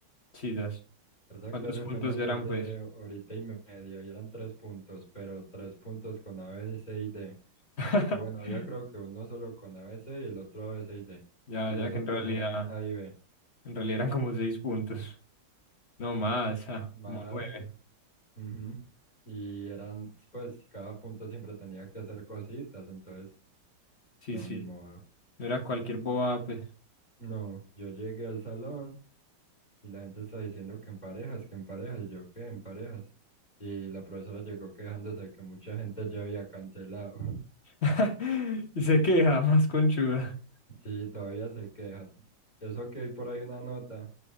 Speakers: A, on the left (about 35°); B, on the left (about 20°).
A: Chidas.
B: Esa
A: ¿Cuántos
B: clase
A: puntos
B: apenas
A: eran,
B: es de
A: pues?
B: horita y media y eran tres puntos, pero tres puntos con a b c y D.
A: <laughs>
B: O bueno, yo creo que uno solo con a b c y el otro a b c y D.
A: Ya,
B: Y
A: ya
B: los
A: que
B: otros
A: en realidad...
B: eran A y B,
A: En realidad eran como seis puntos. No más, ah,
B: más,
A: como nueve.
B: ujú, Y eran, pues, cada punto siempre tenía que hacer cositas, entonces,
A: Sí,
B: no,
A: sí.
B: ni modo.
A: No era cualquier boba, pues.
B: No, yo llegué al salón. Y la gente está diciendo que en parejas, que en parejas, y yo que en parejas. Y la profesora llegó quejándose de que mucha gente ya había cancelado. <laughs>
A: <laughs> Y se queja, más conchuda.
B: Sí, todavía se queja. Eso que hay por ahí una nota